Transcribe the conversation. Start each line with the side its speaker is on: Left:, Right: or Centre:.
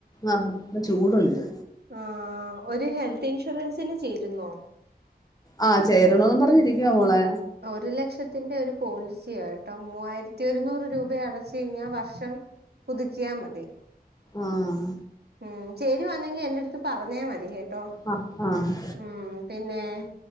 Left: ആഹ് ഇന്ന് ചൂടുണ്ട്
Right: ആഹ് ഒര് ഹെൽത്തിൻഷുറൻസിന് ചേരുന്നോ
Left: ആഹ് ചേരണോന്ന് പറഞ്ഞിരിക്കുവ മോളെ
Right: ഒരു ലക്ഷത്തിന്റെ ഒരു പോളിസിയാ കേട്ടോ മൂവായിരത്തി ഒരുന്നൂറ് രൂപ അടച്ച് കഴിഞ്ഞാൽ വർഷം- പുതുക്കിയാ മതി
Left: ആഹ്
Right: ഉം ചേരുവന്നെങ്കി എന്റെ അടുത്ത് പറഞ്ഞാ മതി കേട്ടോ
Left: ആ ആഹ്
Right: ഉം പിന്നെ-